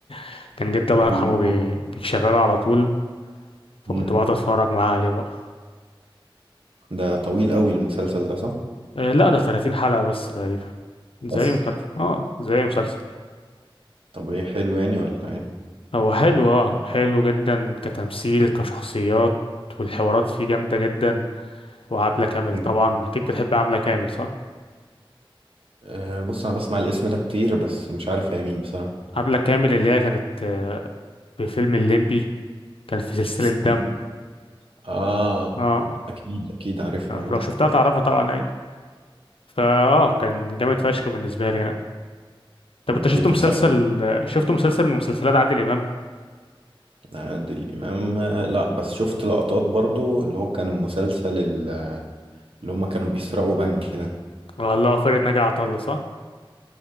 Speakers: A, on the left; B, on the right.
A: <laughs> كان جدي الله
B: بيقولوا
A: يرحمه بي... بيشغله على طول فكنت
B: مم،
A: بقعد اتفرج معاه عليه بقى
B: ده طويل قوي المسلسل ده صح
A: آه، لا ده 30 حلقة بس تقريبا زي
B: بس
A: مسلسل اه زي مسلسل
B: طب ايه حلو يعني ولا ايه
A: هو حلو اه حلو جدا كتمثيل كشخصيات والحوارات فيه جامدة جدا وعبلة كامل
B: مم.
A: طبعا اكيد بتحب عبلة كامل صح
B: أه بص انا بسمع الاسم ده كتير بس مش عارف هي مين بصراحة
A: عبلة كامل اللي هي كانت آه، في فيلم الليمبي كان في سلسلة
B: استنى
A: دم
B: اه
A: اه
B: اكيد اكيد عارفها آه.
A: لو شفتها تعرفها طبعا فاه كان جامد فشخ بالنسبه لي يعني طب
B: طب
A: انت شفت
B: ايه تنصحني
A: مسلسل شفت مسلسل من مسلسلات عادل امام
B: عادل امام آه، لا بس شفت لقطات برضو اللي هو كان المسلسل اللي هم كانوا بيسرقوا بنك كده
A: والله فرقة ناجي عطا الله صح